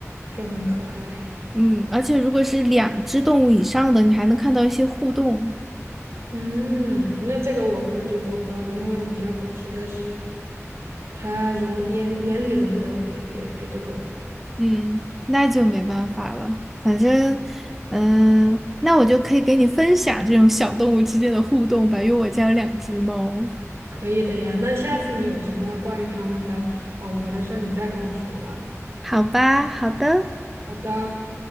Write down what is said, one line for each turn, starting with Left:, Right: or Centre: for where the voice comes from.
Right: 就很可爱。
Centre: 嗯，而且如果是两只动物以上的，你还能看到一些互动。
Right: 嗯，那这个我可能就做不到了，因为我们家狗实在是，它容眼眼里容不得别别别的狗。
Centre: 嗯，那就没办法了。反正，嗯、那我就可以给你分享这种小动物之间的互动吧，因为我家有两只猫。
Right: 可以的呀，那下次你有什么关于它们的好玩儿的事儿，你再跟我说吧。
Centre: 好吧，好的。
Right: 好的。